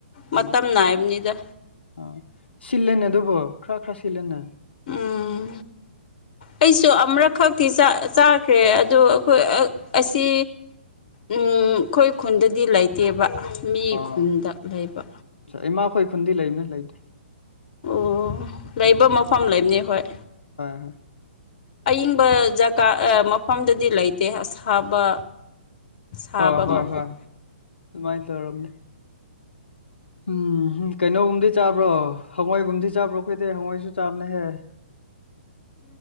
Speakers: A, on the left (about 65°); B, on the left (about 40°).
A: ꯎꯝ
B: ꯃꯇꯝ ꯅꯥꯏꯕꯅꯤꯗ
A: ꯑ ꯁꯤꯜꯂꯦꯅꯦ ꯑꯗꯨꯕꯣ ꯈꯔ ꯈꯔ ꯁꯤꯜꯂꯦꯅꯦ
B: ꯎꯝ ꯑꯩꯁꯨ ꯑꯃꯛꯈꯛꯇꯤ ꯆꯥꯈ꯭ꯔꯦ ꯑꯗꯣ ꯑꯩꯈꯣꯏ ꯑꯁꯤ ꯎꯝ ꯑꯩꯈꯣꯏ ꯈꯨꯟꯗꯗꯤ ꯂꯩꯇꯦꯕ ꯃꯤ
A: ꯑꯣ
B: ꯈꯨꯟꯗ ꯂꯩꯕ
A: ꯏꯃꯥꯈꯣꯏ ꯈꯨꯟꯗꯤ ꯂꯩꯕꯅꯦ ꯂꯩꯕꯗꯤ
B: ꯑꯣ ꯂꯩꯕ
A: ꯎꯝ
B: ꯃꯐꯝ ꯂꯩꯕꯅꯤ ꯍꯣꯏ
A: ꯍꯣꯏ ꯍꯣꯏ
B: ꯑꯏꯪꯕ ꯖꯒꯥ ꯃꯐꯝꯗꯗꯤ ꯂꯩꯇꯦ ꯑꯁꯥꯕ ꯁꯥꯕ
A: ꯑ ꯍꯣꯏ
B: ꯃꯐꯝ
A: ꯍꯣꯏ ꯑꯗꯨꯃꯥꯏꯅ ꯇꯧꯔꯕꯅꯦ ꯎꯝꯝ ꯀꯩꯅꯣꯒꯨꯝꯗꯤ ꯆꯥꯕ꯭ꯔꯣ ꯍꯋꯥꯏꯒꯨꯝꯗꯤ ꯆꯥꯕ꯭ꯔꯣ ꯈꯣꯏꯗꯦ ꯍꯉꯋꯥꯣꯏꯁꯨ ꯆꯝꯅ ꯍꯥꯏ